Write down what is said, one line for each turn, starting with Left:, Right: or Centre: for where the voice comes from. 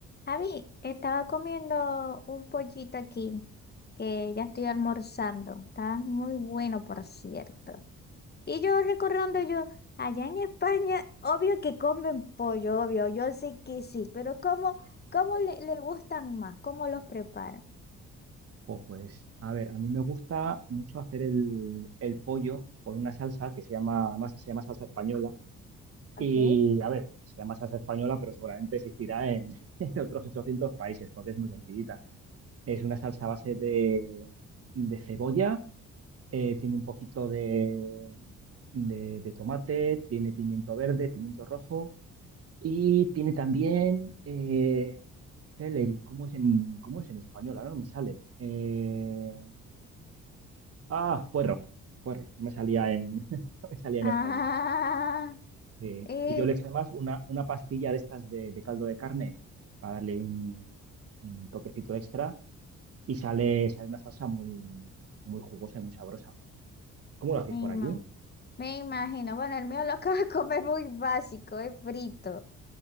Left: Javi, estaba comiendo un pollito aquí, que ya estoy almorzando. Está muy bueno, por cierto. Y yo recordando yo, allá en España, obvio que comen pollo, obvio, yo sé que sí, pero ¿cómo, cómo le, le gustan más? ¿Cómo los preparan?
Right: O pues, a ver, a mí me gusta mucho hacer el, el pollo con una salsa que se llama, además se llama salsa española.
Left: ¿Ok?
Right: Y, a ver, se llama salsa española, pero seguramente existirá en, <laughs> en otros 800 países, porque es muy sencillita. Es una salsa a base de, de cebolla, eh, tiene un poquito de, de, de tomate, tiene pimiento verde, pimiento rojo y tiene también eh, celery. ¿Cómo es en, cómo es en español? Ahora no me sale. Eh, Ah, puerro, puerro, no me salía en, <laughs> no me salía
Left: Ah,
Right: en español. Eh,
Left: eh,
Right: y yo le eché además una, una pastilla de estas de, de caldo de carne para darle un, un toquecito extra y sale, sale una salsa muy, muy jugosa y muy sabrosa. ¿Cómo lo hacéis
Left: me
Right: por
Left: ima-
Right: allí?
Left: me imagino. Bueno, el mío lo acabo de comer muy básico, es frito.